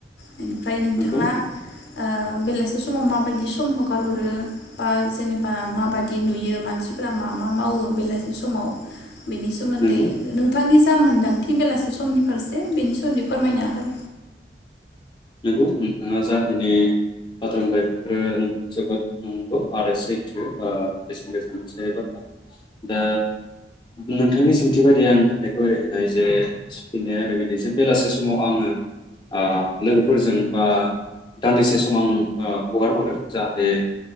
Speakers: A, on the left; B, on the left.
A: बेनिफ्राय नोंथाङा
B: नंगौ
A: ओ बेलासि समाव माबायदि सम हगार हरो बा जेनेबा मा बा बिदि नुयो मानसिफोरा मा मा मावो बेलासि समाव
B: औ
A: बेनि सोमोन्दै
B: नंगौ
A: नोंथांनि जा मोनदांथि बेलासे समनि फारसे बेनि सोमोन्दै फोरमायनो हागोन
B: नंगौ नोंथाङा जाखिनि बाथ्रा बुंबाय बेफोरो नोंगौ जोबोद नंगौ आरो सैथो बेसेन गोसा मोनसे बाथ्रा दा नोंथांनि सोंथि बायदियै आं फिननायखौ ओरै होनाय जे फिननाया ओरैबायदि जे बेलासे समाव आङो आ लोगोफोरजों बा दान्दिसे सम आं हगार हरो जाहाथे